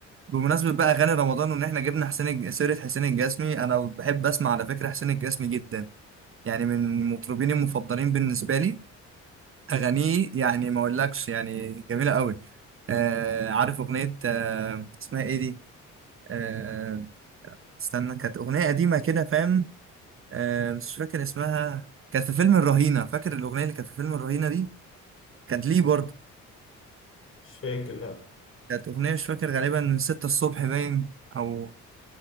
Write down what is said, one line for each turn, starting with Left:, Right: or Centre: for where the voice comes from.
Right: بمناسبة بقى أغاني رمضان وإن إحنا جبنا حسين الج- سيرة حسين الجسمي أنا بحب أسمع على فكرة حسين الجسمي جدا يعني من المطربين المفضلين بالنسبة لي أغانيه يعني ما أقولكش يعني جميلة أوي آه عارف أغنية آه اسمها إيه دي؟ آه استنى كانت أغنية قديمة كده فاهم آه مش فاكر اسمها كانت في فيلم الرهينة فاكر الأغنية اللي كانت في فيلم الرهينة دي؟ كانت ليه برضه
Left: مش فاكر لأ،
Right: كانت أغنية مش فاكر غالبا ستة الصبح باين أو